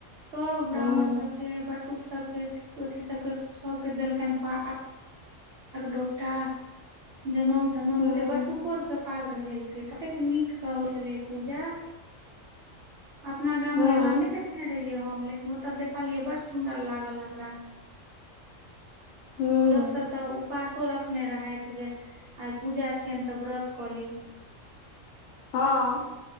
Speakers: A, on the right; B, on the left.
A: सभ ब्राह्मण
B: हूँ
A: सभके, बटुक सभके अथि सभके सब के देलकनि हन पाग डोपटा, जनेउ तनेऊ,
B: हूँ
A: से बटुको सभके पाग पहिरेलकै ततेक निक सँ होइ छलै पूजा अपना गाम
B: हूँ
A: मे एना नहि देखने रहियै हम लेकिन ओत देखलिएऐ बड सुन्दर लागल हमरा-लोक
B: हूँ
A: सभ उपासो रखने रहथि जे आइ पूजा छियनि त व्रत क ली।
B: हँ।